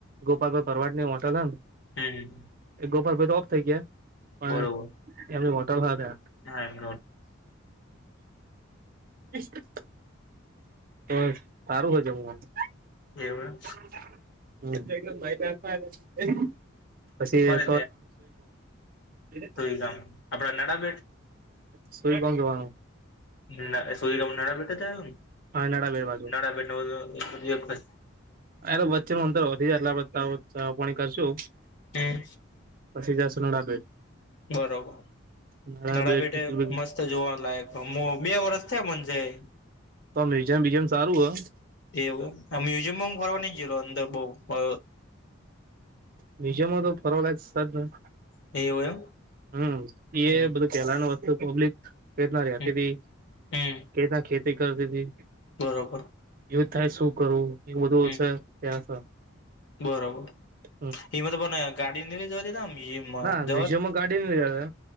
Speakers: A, on the right; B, on the left.
A: ગોપાલભાઈ ભરવાડ ની હોટલ <unintelligible>
B: હમ
A: એ ગોપાલભાઈ તો ઓફ થઇ ગયા પણ
B: બરોબર
A: એમની હોટેલ હાલે
B: હા એમ
A: <inaudible> તો સારું <unintelligible>
B: એવું એમ
A: <unintelligible> પછી
B: ફરે
A: <unintelligible>
B: દે ગામ આપણા <unintelligible>
A: સૂઈ કોન જવાનું
B: <unintelligible>
A: નાડા બેડ બાજુ <unintelligible> વચ્ચે નું અંતર વધી જાય એટલે આપણે ચા પાણી કરશુ
B: હમ્મ
A: પછી <unintelligible>
B: બરોબર
A: નડા
B: નાણા
A: બેટ
B: બેેટે
A: ટિકિટ
B: મસ્ત જોવા લાયક બે વર્ષ થયા મન જઈ
A: તો મ્યુઝિમ બીઝમ સારું હો
B: એવુ મ્યુઝિયમમાં હું ફરવા નઈ ગયેલો અંદર બવ
A: મ્યુઝિયમમાં તો ફરવા લાયક <unintelligible>
B: એવું એમ
A: હમ્મ
B: હમ
A: એ બધું પહેલા નું વસ્તુ પબ્લિક કેવીતના રેતીતી
B: હમ હમ
A: કેવીતના ખેતી કરતીતી
B: બરોબર
A: <unintelligible> થાય શું કરવું એ બધું
B: હમ
A: છે ત્યાં
B: બરોબર
A: હમ
B: એમાં તો પણ ગાડી
A: ના મ્યુઝિયમમાં
B: <unintelligible>
A: ગાડી <unintelligible>